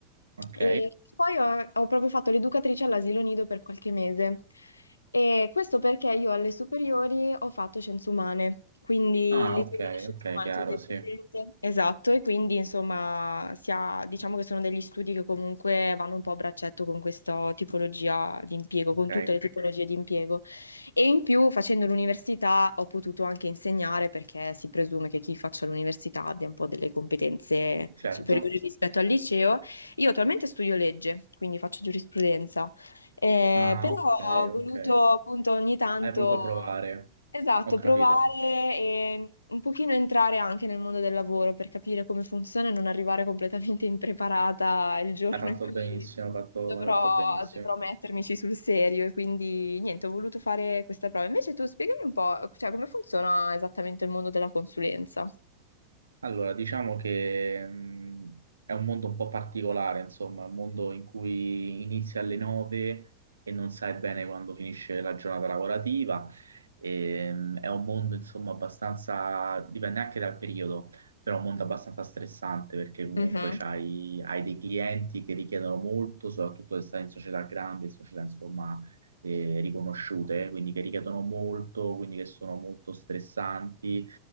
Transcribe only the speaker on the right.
ok.
Ah,
ok,
ok,
chiaro,
sì,
ok,
certo.
Ah,
ok,
ok.
Hai voluto provare,
ho capito.
Hai fatto
benissimo, hai fatto,
hai fatto benissimo.
Allora, diciamo che mh, è un mondo un po' particolare, insomma, un mondo in cui inizi alle 9 e non sai bene quando finisce la giornata lavorativa. E, mh, è un mondo, insomma, abbastanza, dipende anche dal periodo, però è un mondo abbastanza stressante perché comunque
c'hai- hai dei clienti che richiedono molto, soprattutto se stai in società grandi, società, insomma, eh, riconosciute, quindi che richiedono molto, quindi che sono molto stressanti